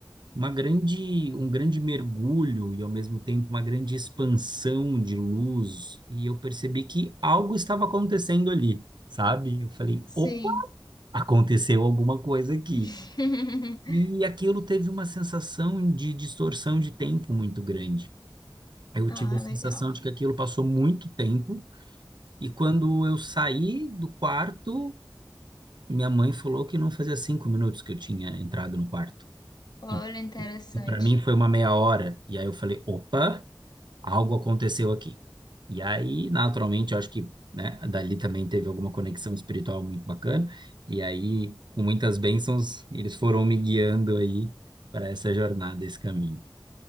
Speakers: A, on the right; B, on the left.
A: uma grande, um grande mergulho e ao mesmo tempo uma grande expansão de luz. E eu percebi que algo estava acontecendo ali. Sabe? Eu falei,
B: Sim.
A: opa aconteceu alguma coisa aqui.
B: <laughs>
A: E aquilo teve uma sensação de distorção de tempo muito grande. Eu
B: Ah,
A: tive a sensação
B: legal.
A: de que aquilo passou muito tempo, e quando eu saí do quarto, minha mãe falou que não fazia cinco minutos que eu tinha entrado no quarto.
B: Olha,
A: E,
B: interessante.
A: e para mim foi uma meia hora. E aí eu falei, opa, algo aconteceu aqui. E aí, naturalmente, eu acho que, né, dali também teve alguma conexão espiritual muito bacana. E aí, com muitas bênçãos, eles foram me guiando aí para essa jornada, esse caminho.